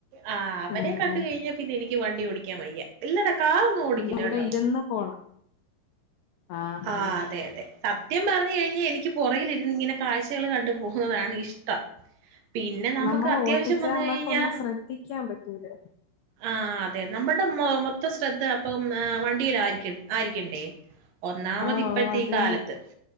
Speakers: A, on the right (about 85°); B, on the left (about 80°).
A: ആ അവരെ
B: ആഹ്
A: കണ്ട
B: ആഹ്
A: കഴിഞ്ഞാ പിന്നെ എനി വണ്ടി ഓടിക്കാൻ വയ്യ ഇല്ലട കാറൊന്നും ഓടിക്കില്ല
B: പിന്നെ ഇവിടെ
A: കേട്ടോ
B: ഇരുന്ന് പോണം ആഹ്
A: ആ
B: ആഹ്
A: അതെ അതെ സത്യം പറഞ്ഞു കഴിഞ്ഞാ എനിക്ക് പുറകലിരുന്ന് ഇങ്ങനെ കാഴ്ചകൾ കണ്ടുപോകുന്നതാണ് ഇഷ്ടം. പിന്നെ നമുക്ക്
B: നമ്മൾ
A: അത്യാവശ്യം
B: ഓട്ടിച്ചാ
A: വന്ന്
B: നമ്മക്ക്
A: കഴിഞ്ഞാ
B: ഒന്നും ശ്രദ്ധിക്കാൻ പറ്റൂല്ല.
A: ആഹ് നമ്മുടെ മൊത്ത ശ്രദ്ധ അപ്പം വണ്ടിൽ ആയിരിക്ക ആയിരിക്കണ്ടേ ഒന്നാമത്
B: ഓഹ്
A: ഇപ്പോഴത്തെ
B: ഓഹ് അത്
A: ഈ കാലത്ത്
B: തന്നെ